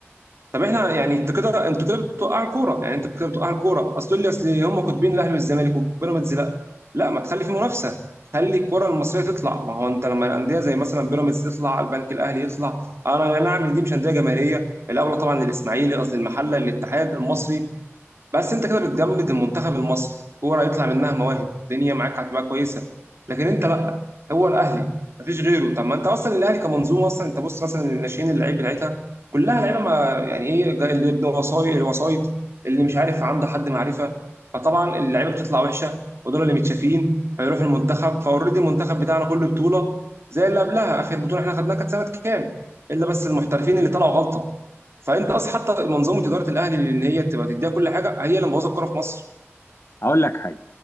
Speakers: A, on the right; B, on the left.
A: طب احنا يعني انت كده انتوا كده بتوقعوا الكوره يعني انت كده بتوقعوا الكوره اصل تقول لي اصل هم كاتبين الاهلي والزمالك وبيراميدز لا لا ما تخلي في منافسه خلي الكره المصريه تطلع ما هو انت لما الانديه زي مثلا بيراميدز تطلع البنك الاهلي يطلع انا يا نعم دي مش انديه جماهيريه الاولى طبعا للاسماعيلي قصدي المحله للاتحاد المصري بس انت كده بتجمد المنتخب المصري كوره يطلع منها مواهب الدنيا معاك هتبقى كويسه لكن انت لا هو الاهلي مفيش غيره طب ما انت اصلا الاهلي كمنظومه اصلا انت بص مثلا الناشئين اللعيب بتاعتها كلها لعيبه ما يعني ايه جاي اللي عنده وسايط الوسايط اللي مش عارف عنده حد معرفه فطبعا اللعيبه بتطلع وحشه ودول اللي متشافين فيروح المنتخب فاوريدي المنتخب بتاعنا كل بطوله زي اللي قبلها اخر بطوله احنا خدناها كانت سنه كام الا بس المحترفين اللي طلعوا غلطه فانت اصلا حتى منظومه اداره الاهلي ان هي تبقى تديها كل حاجه هي اللي مبوظه الكوره في مصر
B: هقول لك حاجه